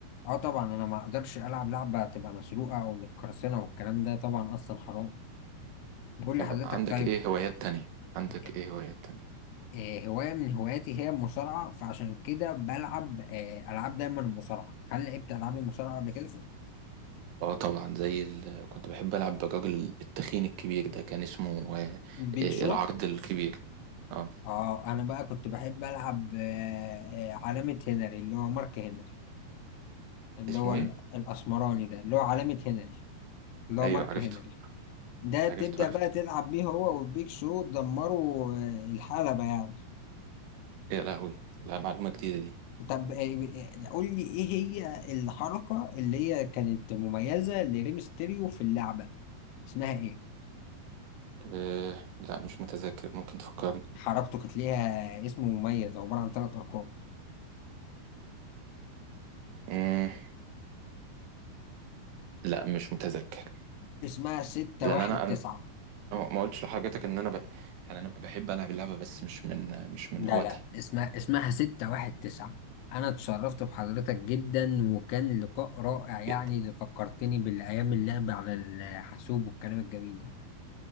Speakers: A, on the left; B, on the right.
A: اه طبعا انا ما اقدرش العب لعبه تبقى مسروقه او متقرصنه والكلام ده طبعا اصلا حرام بقول لحضرتك
B: طب عندك
A: طيب
B: ايه هوايات تانية عندك
A: آه،
B: ايه هوايات تانية
A: آه، هوايه من هواياتي هي المصارعه فعشان كده بلعب آه، العاب دايما المصارعه هل لعبت العاب المصارعه قبل كده
B: اه طبعا زي ال... كنت بحب العب بالراجل التخين الكبير ده كان اسمه آه،
A: بيك
B: آه،
A: شو
B: العرض الكبير اه
A: اه انا بقى كنت بحب العب آه، آه، علامة هنري اللي هو مارك هنري اللي
B: اسمه
A: هو ال-
B: ايه
A: الاسمراني ده اللي هو علامة هنري اللي هو
B: ايوه
A: مارك
B: عرفته
A: هنري ده
B: عرفته
A: تبدأ
B: عرفته
A: بقى تلعب بيه هو والبيك شو تدمروا آه، الحلبة يعني
B: يا لهوي لا معلومة جديدة دي
A: طب آه، آه، قول لي ايه هي الحركة اللي هي كانت مميزة لريمستيريو في اللعبة اسمها ايه؟
B: أه لا مش متذكر ممكن تفكرني
A: حركته كانت ليها اسم مميز عبارة عن ثلاث ارقام
B: مم، لا مش متذكر
A: اسمها ستة
B: لان
A: واحد
B: انا انا
A: تسعة
B: ما قلتش لحضرتك ان انا ب... يعني انا بحب العب اللعبة بس مش من مش من
A: لا
B: هواتها
A: لا اسمها اسمها 619 انا اتشرفت بحضرتك جدا وكان لقاء رائع يعني
B: جدا
A: اللي فكرتني بالايام اللعب على الحاسوب والكلام الجميل ده